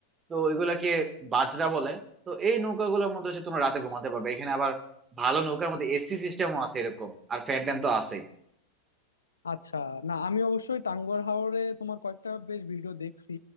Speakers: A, on the right; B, on the left.
A: তো ওইগুলাকে বাজরা বলে তো এই নৌকাগুলোর মধ্যে হচ্ছে তোমরা রাতে ঘুমাতে পারবে এখানে আবার ভালো নৌকার মধ্যে এসি সিস্টেমও আছে এরকম আর ফ্যান ট্যান তো আছেই
B: আচ্ছা না আমি অবশ্যই টাঙ্গুয়ার হাওরে তোমার কয়েকটা বেশ ভিডিও দেখছি